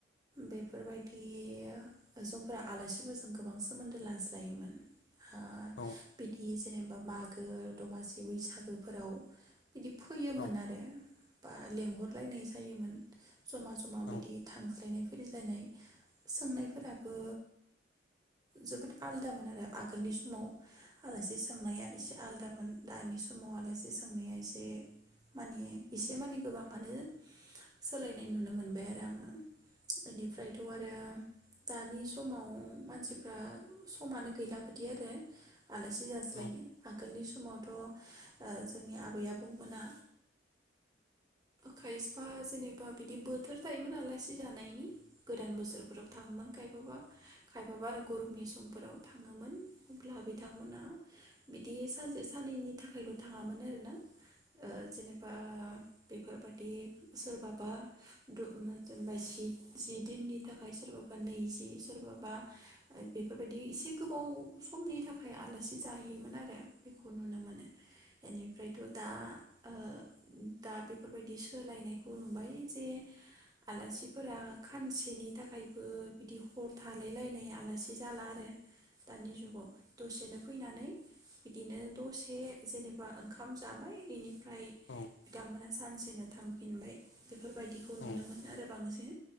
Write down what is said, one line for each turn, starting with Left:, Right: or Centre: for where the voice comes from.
Right: बेफोरबायदि जफोरा आलासिफोरजों गोबां सोमोन्दो लाज्लायोमोन। आ
Left: औ
Right: बिदि जेनेबा माग गो दमासि बैसागोफोराव बिदि फोयोमोन
Left: औ
Right: आरो ओ लेंहरलायनाय जायोमोन जमा जमा बिदि
Left: औ
Right: थांज्लायनाय फैज्लायनाय सोंनायफोराबो जोबोद आलदामोन आरो आगोलनि समाव आलासि सोंनाया एसे आलदामोन दानि समाव आलासि सोंनाया एसे माने एसे माने गोबाङानो सोलायनाय नुनो मोनबाय आरो आङो। इनिफ्रायथ आरो दानि समाव मानसिफ्रा समानो गैला बिदि आरो आलासि जास्लायनो
Left: औ
Right: आगोलनि स मावथ ओ जोंनि आबै आबौमोना खायफा जेनेबा बिदि बोथोर थायोमोन आलासि जानायनि। गोदान बोसोरफोराव थाङोमोन खायफाबा खायफाबा आरो गरमनि समफोराव थाङोमोन अब्ला बिथांमोना बिदि सानसे सान्नैनि थाखायल' थाङामोन आरोना ओ जेनेबा बेफोर बेबादि सोरबाबा दु-ओम जेनेबा जि दिननि थाखाय सोरबाबा नैजि सोरबाबा बेफोरबायदि एसे गोबाव समनि थाखाय आलासि जाहैयोमोन आरो बेखौ नुनो इनिफ्रायथ' दा ओ दा बेफोरबायदि सोलायनायखौ नुबाय जे आलासिफोरा खानसेनि थाखायबो बिदि हर थालायलायनाय आलासि जाला आरो दानि जुगाव दसेनो फैनानै बिदिनो दसे जेने बा ओंखाम जाबाय इनिफ्राय
Left: औ
Right: बिथांमोनहा सानसेनो थांफिनबाय बेफोरबायदिखौ
Left: औ
Right: नुनो
Left: नंगौ औ
Right: मोनो आरो बांसिन